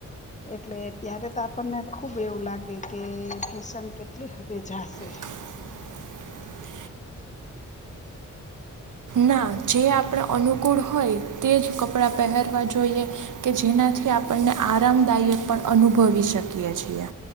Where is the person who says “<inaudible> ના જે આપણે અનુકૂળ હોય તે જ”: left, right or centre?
Right